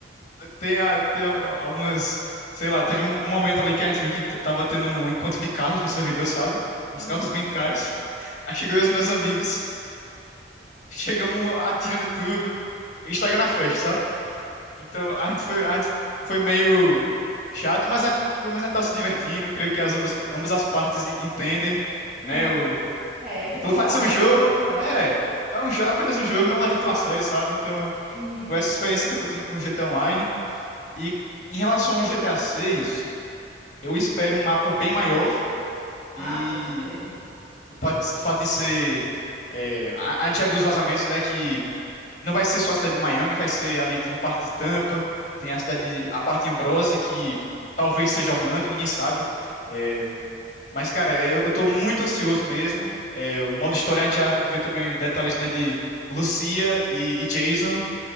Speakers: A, on the left; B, in the centre.
A: Tem, a- tem a- algumas. Sei lá, teve um, um momento ali que a gente viu que t- tava tendo um encontro de carros no servidor, sabe? Uns
B: Uhum.
A: carros bem caros. Aí chegou eu e os meus amigos, chegamos atirando tudo, estragando a festa, sabe? Então a gente foi, a gente foi meio chato, mas é, pelo menos a gente tava se divertindo. Creio que as, ambas, ambas as partes entendem,
B: <laughs>
A: né? O,
B: É, GTA,
A: pelo fato de ser um
B: né?
A: jogo,
B: Querendo ou não.
A: é, é um, jo- apenas um jogo, não leve tão a sério, sabe? Então
B: Uhum.
A: foi essa experiência que eu tô tendo com o GTA Online. E em relação ao GTA VI. Eu espero um mapa bem maior
B: Ah,
A: e
B: com certeza.
A: o fato de, o fato de ser. é, a, a gente já viu os vazamentos, né? Que não vai ser só a cidade de Miami, vai ser ali, tem uma parte de Tampa, tem a cidade, de- a parte de Ambrose, que talvez seja Orlando, ninguém sabe. É, mas, cara, é, eu, eu tô muito ansioso mesmo. É, o modo história a gente já viu também detalhes, né, de Lucia e, e Jason.